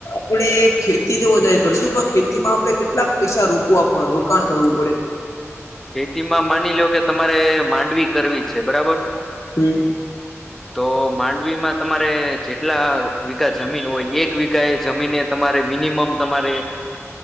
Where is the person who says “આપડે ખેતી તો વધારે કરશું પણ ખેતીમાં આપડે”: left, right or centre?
Left